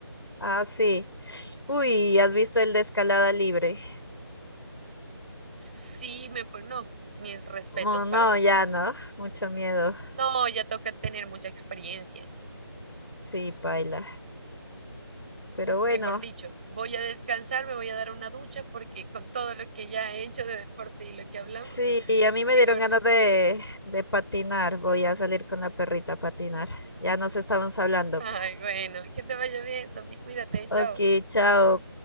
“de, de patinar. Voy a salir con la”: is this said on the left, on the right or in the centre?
Left